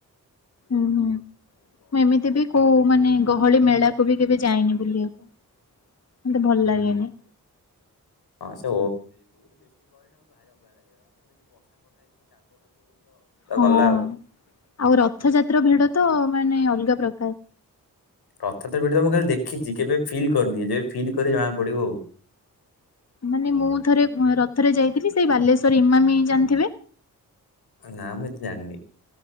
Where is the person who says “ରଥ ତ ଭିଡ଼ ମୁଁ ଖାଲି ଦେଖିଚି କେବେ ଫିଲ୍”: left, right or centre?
Left